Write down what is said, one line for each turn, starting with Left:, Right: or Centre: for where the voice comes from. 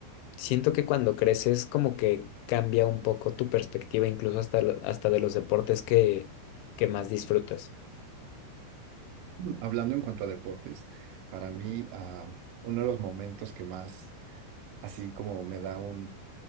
Left: Siento que cuando creces como que cambia un poco tu perspectiva, incluso hasta, lo- hasta de los deportes que, que más disfrutas.
Right: Hablando en cuanto a deportes, para mí ah, uno de los momentos que más así como me da un